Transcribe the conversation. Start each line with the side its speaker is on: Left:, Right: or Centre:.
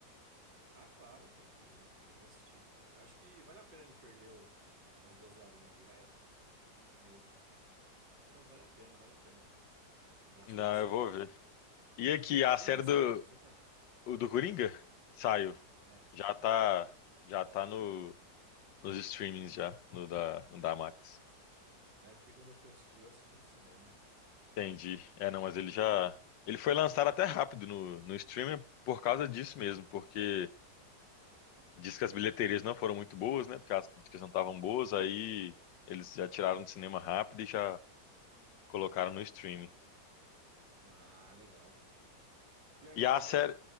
Right: Ah, claro, tem que, tem que assistir, pô. Eu acho que vale a pena ele perder o- umas duas horinhas ali, vai, meia. Mas vale a pena, vale a pena gastar
Left: Não,
Right: esse
Left: eu
Right: tempo.
Left: vou ver. E aqui, a série
Right: Ele já saiu
Left: do,
Right: do cinema?
Left: o do Coringa saiu.
Right: É.
Left: Já
Right: Ah,
Left: tá.
Right: então.
Left: Já tá no, nos streamings já, no da, no da Max.
Right: É porque quando eu fui assistir, eu assisti no cinema.
Left: Entendi. É, não, mas ele já. Ele foi lançado até rápido no, no streaming por causa disso mesmo, porque diz que as bilheterias não foram muito boas, né? Porque as críticas não estavam boas, aí eles já tiraram do cinema rápido e já colocaram no streaming.
Right: Ah, legal, pô. Pior
Left: E
Right: que
Left: a
Right: agora.
Left: série,